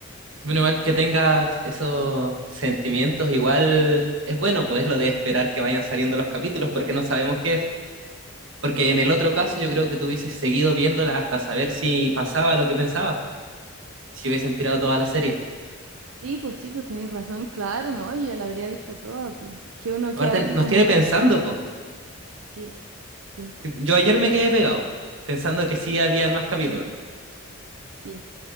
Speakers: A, on the right (about 65°); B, on the right (about 80°).
A: Bueno, igual que tengas esos sentimientos, igual es bueno, pues lo de esperar que vayan saliendo los capítulos porque no sabemos qué es. Porque en el otro caso yo creo que tú hubieses seguido viéndola hasta saber si pasaba lo que pensabas, po, si hubiesen tirado toda la serie.
B: Sí, pues sí, pues tenéis razón, claro, ¿no? Yo ya la habría visto toda, pues. Que uno
A: Aparte,
B: queda así
A: nos
B: como,
A: tiene pensando, po.
B: sí. Sí,
A: Tipo, Yo ayer me quedé pegado, pensando que sí había más capítulos.
B: Sí,